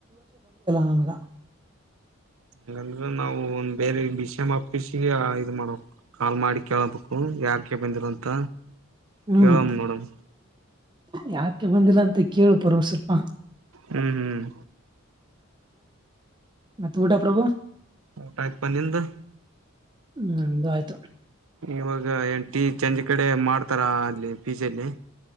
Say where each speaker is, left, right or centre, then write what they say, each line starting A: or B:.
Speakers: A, on the right; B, on the right.
A: ಹ
B: ಹಂಗಂದ್ರ ನಾವು ಒಂದ್ ಬೇರೆ ಬಿ ಸಿ ಎಂ ಆಫೀಸಗೆ ಇ ಮಾಡ ಕಾಲ್ ಮಾಡಿ ಕೇಳಬೇಕು ಯಾಕ ಬಂದಿರ ಅಂತ
A: ಹ್ಮ್
B: ಕೇಳಂ ನೋಡಂ
A: ಯಾಕೆ ಬಂದಿಲ್ಲ ಅಂತ ಕೇಳು ಪರ್ವ ಸ್ವಲ್ಪ
B: ಹ್ಮ್ ಹ್ಮ್
A: ಮಾತ್ ಊಟಾ ಪ್ರಭು
B: ಊಟಆಯಿತಪ್ಪ ನಿಂದ
A: ನಂಧ್ ಆಯಿತು
B: ಇವಾಗ ಎಂಟ ಟೀ ಚಂಜ ಕಡೆ ಮಾಡ್ತಾರ ಅಲ್ಲಿ ಪಿಜೆಲಿ